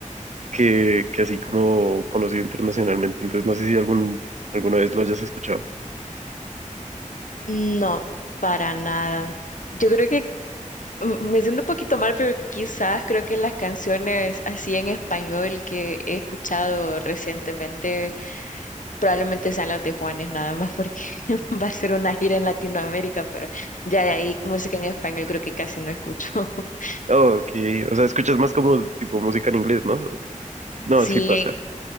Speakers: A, on the right; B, on the left.
A: que, que así como conocido internacionalmente. Entonces no sé si algún, alguna vez lo hayas escuchado.
B: No, para nada. Yo creo que mm, me siento un poquito mal, pero quizás creo que las canciones así en español que he escuchado recientemente Probablemente sean las de Juanes nada más porque <laughs> va a ser una gira en Latinoamérica, pero ya de ahí música en español creo que casi no escucho. <laughs>
A: Oh, Ok, o sea, escuchas más como tipo música en inglés, ¿no? No,
B: Sí,
A: sí pasa.
B: en-